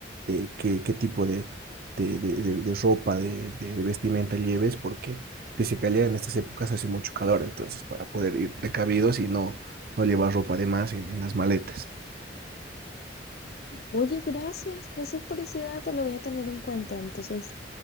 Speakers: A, on the right (about 55°); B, on the left (about 55°).
A: de qué, qué tipo de, de, de, de- de ropa, de, de, de vestimenta lleves, porque dice que allá en estas épocas hace mucho calor, entonces para poder ir precavidos y no, no llevar ropa de más en en las maletas.
B: Oye, gracias, gracias por ese dato, lo voy a tener en cuenta. Entonces,